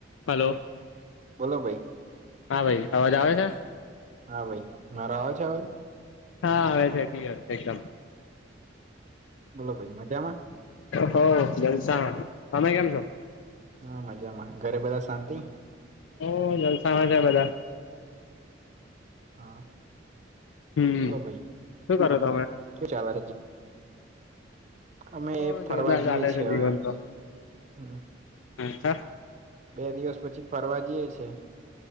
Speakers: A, on the left; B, on the right.
A: Hello
B: બોલો ભાઈ
A: હા ભાઈ અવાજ આવે છે?
B: હા ભાઈ, મારો આવે છે અવાજ?
A: હા આવે છે કલીયર એકદમ.
B: બોલો ભાઈ મજામાં?
A: હોવ જલસામાં, તમે કેમ છો?
B: હા મજામાં, ઘરે બધા શાંતિ?
A: હોવ જલસામાં છે બધાં.
B: હા,
A: હમ
B: બોલો ભાઈ,
A: શું કરો તમે?
B: શું ચાલે. અમે
A: ઓ
B: એ ફરવા
A: જોરદાર
B: જઈએ
A: ચાલે
B: છીએ
A: છે જીવન
B: હવે
A: તો
B: હમ.
A: હા સરાર <unintelligible>
B: બે દિવસ પછી ફરવા જઈે છે,